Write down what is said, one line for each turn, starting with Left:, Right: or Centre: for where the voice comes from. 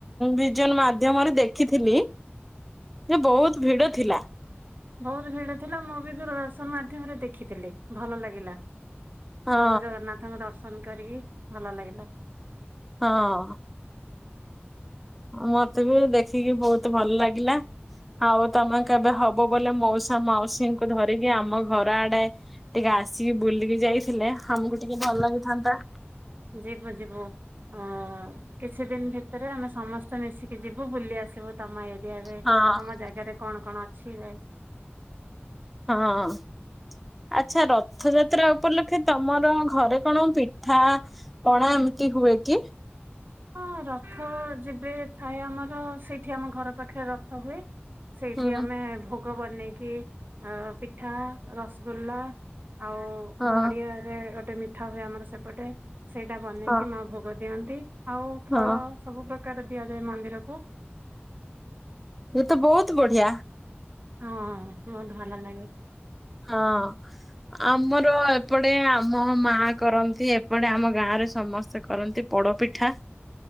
Centre: ଭିଜନ ମାଧ୍ୟମରେ ଦେଖିଥିଲି। ସେ ବହୁତ ଭିଡ ଥିଲା।
Right: ବହୁତ ଭିଡ଼ ଥିଲା ମୁଁ ବି ଦୂରଦର୍ଶନ ମାଧ୍ୟମରେ ଦେଖିଥିଲି ଭଲ ଲାଗିଲା।
Centre: ହଁ
Right: ପ୍ରଭୁ ଜଗନ୍ନାଥଙ୍କ ଦର୍ଶନ କରିକି ଭଲ ଲାଗିଲା।
Centre: ହଁ ମତେ ବି ଦେଖିକି ବହୁତ ଭଲ ଲାଗିଲା। ଆଉ ତମେ କେବେ ହବ ବଲେ ମଉସା ମାଉସୀଙ୍କୁ ଧରିକି ଆମ ଘର ଆଡେ ଟିକେ ଆସିକି ବୁଲିକି ଯାଇଥିଲେ ଆମକୁ ଟିକେ ଭଲ ଲାଗିଥାନ୍ତା।
Right: ଯିବୁ ଯିବୁ ଆ କିଛି ଦିନ ଭିତରେ ଆମେ ସମସ୍ତେ ମିଶିକି ଯିବୁ ବୁଲି ଆସିବୁ ତମ ଏରିଆରେ
Centre: ହଁ
Right: ତମ ଜାଗାରେ କଣ କଣ ଅଛି ଯାଇ
Centre: ହଁ ଆଚ୍ଛା ରଥଯାତ୍ରା ଉପଲକ୍ଷେ ତମର ଘରେ କଣ ପିଠା ପଣା ଏମିତି ହୁଏ କି
Right: ହଁ ରଥ ଯେବେ ଥାଏ ଆମର ସେଇଠି ଆମ ଘର ପାଖରେ ରଥ ହୁଏ। ସେଇଠି
Centre: ହୁଁ
Right: ଆମେ ଭୋଗ ବନେଇକି ଅ ପିଠା ରସଗୋଲ୍ଲା ଆଉ
Centre: ହଁ
Right: ନଡ଼ିଆ। ରେ ଗୋଟେ ମିଠା ହୁଏ ଆମର ସେପଟେ ସେଇଟା ବନେଇକି
Centre: ହଁ
Right: ମା ଭୋଗ ଦିଅନ୍ତି। ଆଉ ଫଳ
Centre: ହଁ
Right: ସବୁ ପ୍ରକାର ଦିଆଯାଏ ମନ୍ଦିରକୁ।
Centre: ଏ ତ ବହୁତ ବଢିଆ।
Right: ହଁ ବହୁତ ଭଲ ଲାଗେ।
Centre: ହଁ। ଆମର ଏପଟେ ଆମ ମା କରନ୍ତି ଏପଟେ ଆମ ଗାଁରେ ସମସ୍ତେ କରନ୍ତି। ପୋଡ଼ପିଠା।